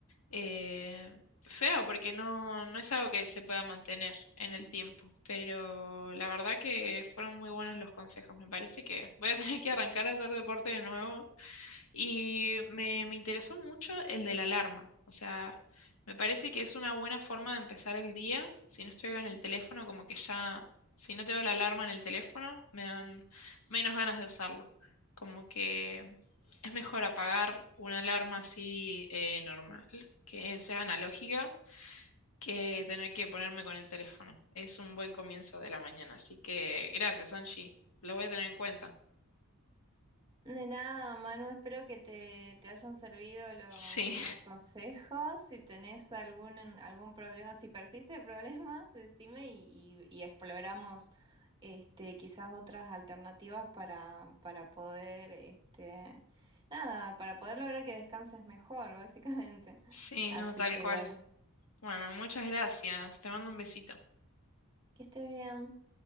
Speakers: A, on the left; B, on the right.
A: eh, feo porque no, no es algo que se pueda mantener en el tiempo, pero la verdad que fueron muy buenos los consejos, me parece que voy a <laughs> tener que arrancar a hacer deporte de nuevo y me, me interesó mucho el de la alarma. O sea, me parece que es una buena forma de empezar el día. Si no estoy en el teléfono, como que ya, si no tengo la alarma en el teléfono, me dan menos ganas de usarlo. Como que es mejor apagar una alarma así eh, normal, que sea analógica, que tener que ponerme con el teléfono. Es un buen comienzo de la mañana. Así que gracias, Angie. Lo voy a tener en cuenta.
B: De nada, Manu, espero que te, te hayan servido lo-
A: Sí.
B: los consejos. Si tenés algún, algún problema, si persiste el problema, <laughs> decime y, y- y exploramos este, quizás otras alternativas para, para poder, este, nada, para poder lograr que descanses mejor, <laughs> básicamente.
A: Sí,
B: Así
A: no, tal
B: que
A: cual.
B: bueno,
A: Bueno, muchas gracias. Te mando un besito.
B: que estés bien.